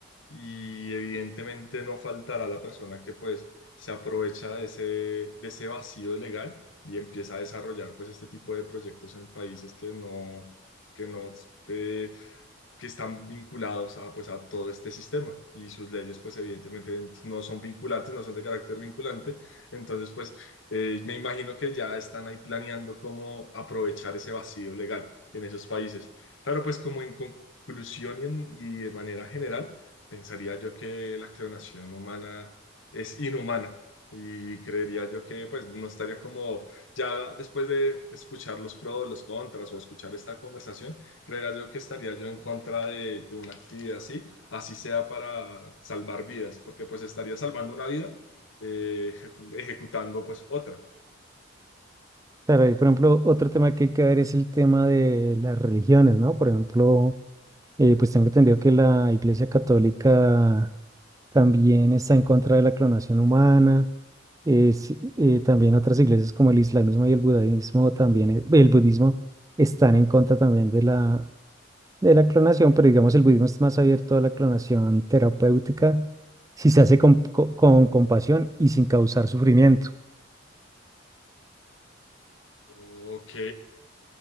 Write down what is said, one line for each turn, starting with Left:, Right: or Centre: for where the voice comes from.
Left: y evidentemente no faltará la persona que pues se aprovecha de ese, de ese vacío legal y empieza a desarrollar pues este tipo de proyectos en países que no, que no, eh, que están vinculados a pues a todo este sistema y sus leyes pues evidentemente no son vinculantes, no son de carácter vinculante, entonces pues eh, me imagino que ya están ahí planeando cómo aprovechar ese vacío legal en esos países. Pero pues como en conclusión y, en- y de manera general, pensaría yo que la clonación humana es inhumana y creería yo que pues no estaría como ya después de escuchar los pros, los contras o escuchar esta conversación, creería yo que estaría yo en contra de, de una actividad así, así sea para salvar vidas, porque pues estaría salvando una vida eh, ejecu- ejecutando pues otra.
Right: Claro, y por ejemplo, otro tema que hay que ver es el tema de las religiones, ¿no? Por ejemplo, eh, pues tengo entendido que la Iglesia Católica también está en contra de la clonación humana. eh, sí, eh, también otras iglesias como el islamismo y el budismo también, eh, el budismo están en contra también de la, de la clonación, pero digamos el budismo es más abierto a la clonación terapéutica si se hace con, co- con compasión y sin causar sufrimiento.
Left: Ok,